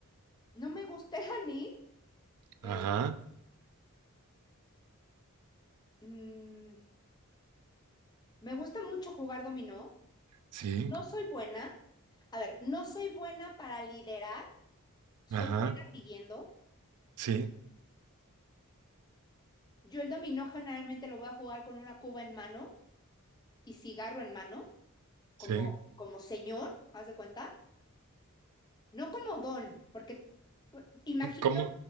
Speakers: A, on the left; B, on the right.
A: no me gusta el anís.
B: Ajá,
A: Eh, mm, me gusta mucho jugar dominó.
B: sí,
A: No soy buena. A ver, no soy buena para liderar, soy
B: ajá,
A: buena siguiendo.
B: sí,
A: Yo el dominó generalmente lo voy a jugar con una cuba en mano y cigarro en mano, como,
B: sí.
A: como señor, haz de cuenta. No como don, porque imagino,
B: Como,